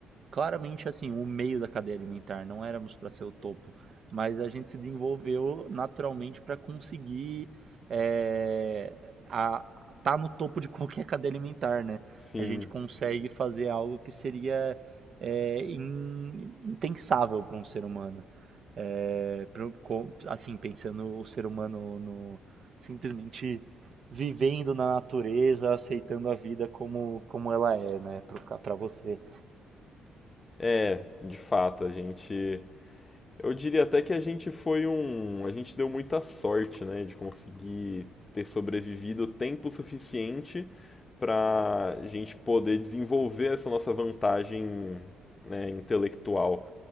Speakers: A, on the right; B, on the left.
A: claramente assim, o meio da cadeia alimentar. Não éramos para ser o topo, mas a gente se desenvolveu naturalmente para conseguir é, a, tá no topo de <laughs> qualquer cadeia alimentar, né?
B: Sim,
A: A gente consegue fazer algo que seria é, in- impensável para um ser humano é, pro- com- assim, pensando o ser humano no, simplesmente vivendo na natureza, aceitando a vida como, como ela é, né, pro, ca- pra você.
B: é, de fato, a gente. Eu diria até que a gente foi um. A gente deu muita sorte, né, de conseguir ter sobrevivido tempo suficiente para a gente poder desenvolver essa nossa vantagem, né, intelectual.